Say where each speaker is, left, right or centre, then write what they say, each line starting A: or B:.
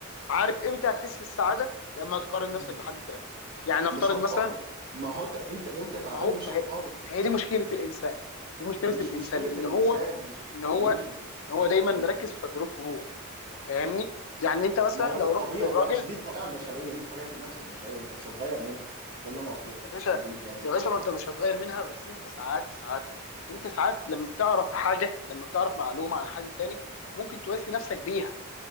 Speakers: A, on the left (about 65°); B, on the right (about 45°).
A: عارف امتى هتحس بالسعاده لما تقارن
B: م-
A: نفسك بحد تاني يعني نفترض
B: مش هتقارن
A: مثلا
B: ما هو انت انت وانت تعبان
A: ما هو
B: مش
A: ما
B: هتقارن
A: هي ما هي دي مشكله الانسان دي مشكله
B: مش
A: الانسان
B: مشكله
A: ان
B: الانسان
A: هو
B: مش
A: ان هو
B: ما هي دي مش مش مش-
A: ان هو دايما
B: مم.
A: مركز في تجربته هو فاهمني يعني انت مثلا
B: ما هو
A: لو
B: ده الطبيعي
A: رحت للراجل
B: اصل دي الطبيعه البشريه دي طبيعه النفس البشريه انت مش هتغير منها ده اللي انا اقصده
A: يا باشا
B: ال- يعني
A: يا باشا ما انت مش هتغير منها بس انت ساعات ساعات انت ساعات لما بتعرف حاجه لما بتعرف معلومه عن حد تاني ممكن تواسي نفسك بيها